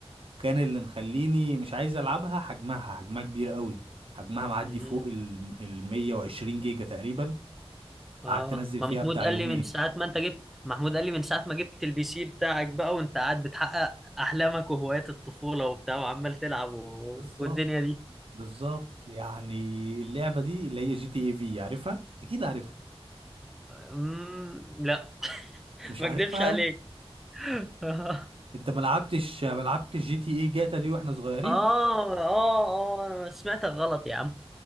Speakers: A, on the right; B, in the centre.
A: وكان اللي مخليني مش عايز العبها حجمها حجمها كبير قوي حجمها معدي
B: مم.
A: فوق ال ال 120 جيجا تقريبا
B: اه
A: قعدت انزل
B: ما
A: فيها
B: محمود
A: بتاع
B: قال
A: يومين
B: لي من ساعه ما انت جبت محمود قال لي من ساعه ما جبت البي سي بتاعك بقى وانت قاعد بتحقق احلامك وهوايات الطفوله وبتاع وعمال تلعب و...
A: بالظبط
B: والدنيا دي
A: بالظبط يعني اللعبه دي اللي هي جي تي اي في عارفها اكيد عارفها
B: مم. لا <laughs>
A: مش
B: ما
A: عارفها
B: اكدبش عليك <laughs> اه
A: انت ما لعبتش ما لعبتش جي تي اي جاتا دي واحنا صغيرين
B: اه اه انا سمعتك غلط يا عم